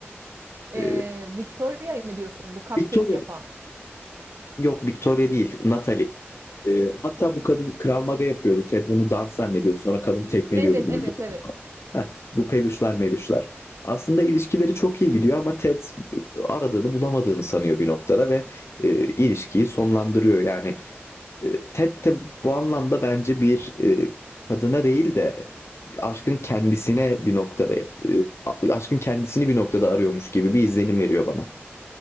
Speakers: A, on the right (about 85°); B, on the left (about 75°).
A: Eee
B: E,
A: Victoria'yı mı diyorsun bu cupcake
B: Victoria
A: yapan?
B: yok Victoria değil Natalie. E, hatta bu kadın Krav Maga yapıyordu. Ted bunu dans zannediyordu. Sonra kadın tekmeliyordu
A: Evet
B: bunu.
A: evet evet.
B: Ha, bu peluşlar meluşlar. Aslında ilişkileri çok iyi gidiyor ama Ted aradığını bulamadığını sanıyor bir noktada ve e, ilişkiyi sonlandırıyor. Yani e, Ted de bu anlamda bence bir e, kadına değil de aşkın kendisine bir noktada e, a- aşkın kendisini bir noktada arıyormuş gibi bir izlenim veriyor bana.